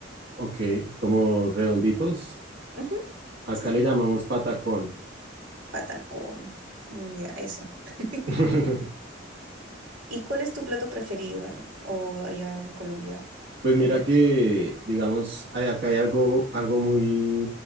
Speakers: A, on the right; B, on the right.
A: Ok, como redonditos.
B: Ujú,
A: Acá
B: Sí,
A: le llamamos patacón.
B: patacón. Mm, Ya, eso. <laughs>
A: <laughs>
B: ¿Y cuál es tu plato preferido? O allá en Colombia,
A: Pues mira
B: ¿qué es lo que
A: que,
B: son?
A: digamos, hay- acá hay algo, algo muy,